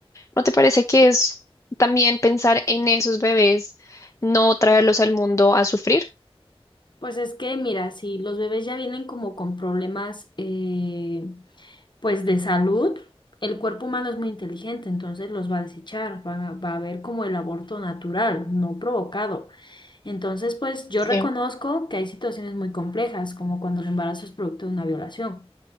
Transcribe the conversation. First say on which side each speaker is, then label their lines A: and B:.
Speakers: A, on the left (about 30°); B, on the left (about 50°).
A: ¿No te parece que es también pensar en esos bebés, no traerlos al mundo a sufrir?
B: Pues es que, mira, si los bebés ya vienen como con problemas eh, pues de salud, el cuerpo humano es muy inteligente, entonces los va a desechar, va, a- va a haber como el aborto natural, no provocado. Entonces, pues yo reconozco
A: Sí.
B: que hay situaciones muy complejas, como cuando el embarazo es producto de una violación.